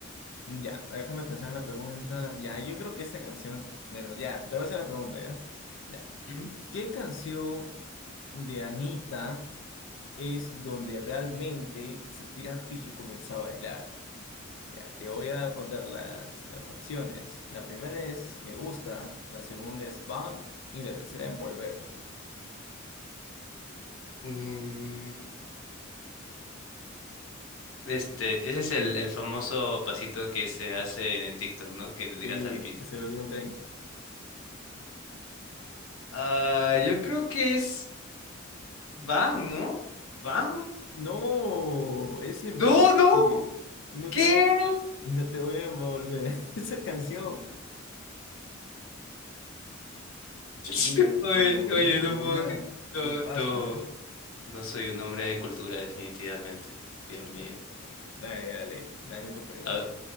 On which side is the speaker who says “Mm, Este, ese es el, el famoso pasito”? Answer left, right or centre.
Left